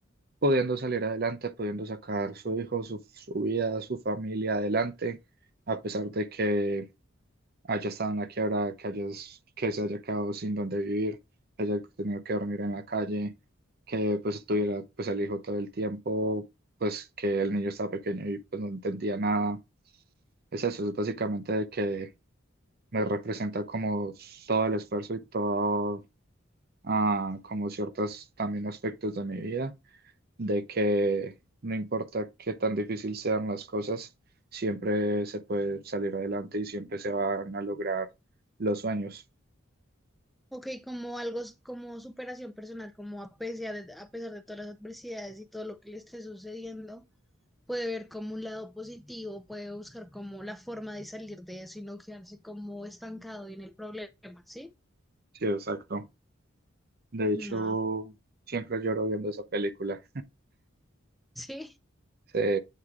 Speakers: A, on the right; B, in the centre.
A: pudiendo salir adelante, pudiendo sacar su hijo, su, su vida, su familia adelante, a pesar de que haya estado en la quiebra, que, hayas- que se haya quedado sin dónde vivir, que haya tenido que dormir en la calle, que pues tuviera pues el hijo todo el tiempo, pues que el niño estaba pequeño y pues no entendía nada. Es eso, es básicamente de que me representa como todo el esfuerzo y todo, ah, como ciertos también aspectos de mi vida de que no importa qué tan difícil sean las cosas, siempre se puede salir adelante y siempre se van a lograr los sueños.
B: Ok, como algo, s- como superación personal, como a pesar de, a pesar de todas las adversidades y todo lo que le esté sucediendo. puede ver como un lado positivo, puede buscar como la forma de salir de eso y no quedarse como estancado en el problema, ¿sí?
A: Sí, exacto. De hecho,
B: No,
A: siempre lloro viendo esa película.
B: sí.
A: Sí,